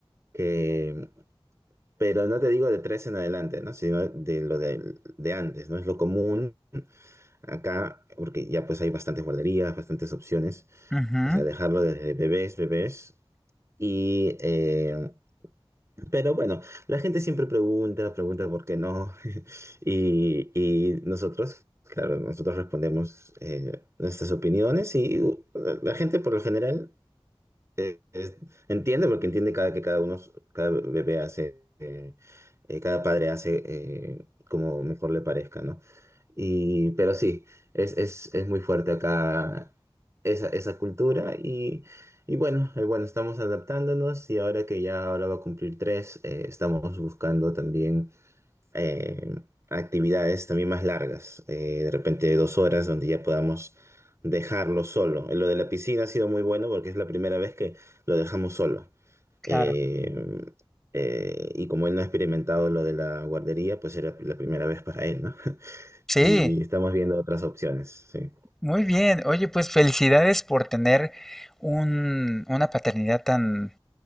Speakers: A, on the right (about 30°); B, in the centre.
A: que, em, pero no te digo de tres en adelante, ¿no? Sino de lo de, de antes, ¿no? Es lo común acá, porque ya pues hay bastantes guarderías, bastantes opciones,
B: Ujú.
A: o sea, dejarlo desde bebés, bebés. Y, eh, pero bueno, la gente siempre pregunta, pregunta por qué no. <laughs> Y, y nosotros, claro, nosotros respondemos eh, nuestras opiniones y uh, la la gente por lo general eh, es- entiende porque entiende cada que cada uno, cada bebé hace, eh, eh, cada padre hace eh, como mejor le parezca, ¿no? Y, pero sí, es, es, es muy fuerte acá esa, esa cultura y, y bueno, eh, bueno, estamos adaptándonos y ahora que ya ahora va a cumplir tres, eh, estamos buscando también eh, actividades también más largas, eh, de repente dos horas donde ya podamos dejarlo solo. Lo de la piscina ha sido muy bueno porque es la primera vez que lo dejamos solo.
B: Claro.
A: Eh, eh, y como él no ha experimentado lo de la guardería, pues era la primera vez para él, ¿no? <laughs>
B: Sí,
A: Y estamos viendo otras opciones, sí.
B: muy bien. Oye, pues felicidades por tener un- una paternidad tan